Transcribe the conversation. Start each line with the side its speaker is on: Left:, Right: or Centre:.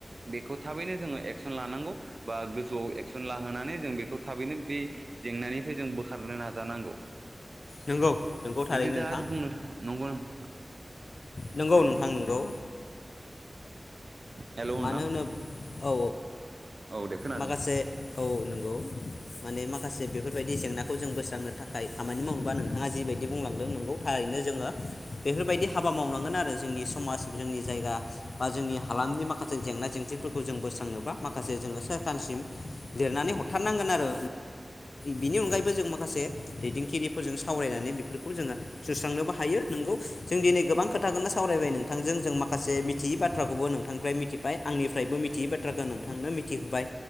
Right: बेखौ थाबैनो जोङो एक्सन लानांगौ बा गोजौआव एक्सन लाहोनानै जों बेखौ थाबैनो बे जेंनानिफ्राय जों बो खारनो नाजानांगौ।
Left: नंगौ नंगौ थारैनो
Right: जुदि दा
Left: नोंथां
Right: बुंनो नंगौ नोथा <inaudible>
Left: नंगौ नोंथां नोंगौ।
Right: हेल' नोंथां
Left: मानो होनोब औ औ
Right: औ दे खोनादों
Left: माखासे औ औ नों औ माने माखासे बेफोरबायदि जेंना खौ जों बोस्रांनो थाखाय खामानि मावबा नोंथाङा जिबायदि बुंलांदों नोंगौ थारैनो जोङो बेफोरबायदि हाबा मावनांगोन आरो जोंनि समाज जोंनि जायगा बा जोंनि हालामनि माखासे जों जेंना जेंसिफोरखौ जों बोस्रांनोबा माखासे जोङो सोरखारनिसिम लिरनानै हरथारनांगोन आरो बिनि अनगायैबो जों माखासे दैदेनगिरिफोरजों सावरायनानै बेफोरखौ जोङो सुस्रांनोबो हायो नोंगौ जों दिनै गोबां खोथाोननो सावरायबाय नोंथांजों जों मा माखासे मिथियै बाथ्राखौबो नोंथांनिफ्राय मिथ मिथिबाय आंनिफ्रायबो मिथियै बाथ्राखौ नोंथांनो मिथिहोबाय